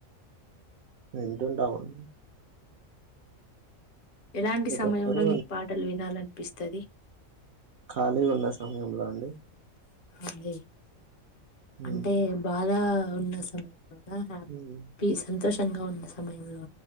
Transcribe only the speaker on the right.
వింటుంటాం అండి
ప్రతి
ఒక్కరు
ఖాళీ ఉన్న సమయంలో అండి
మ్మ్
మ్మ్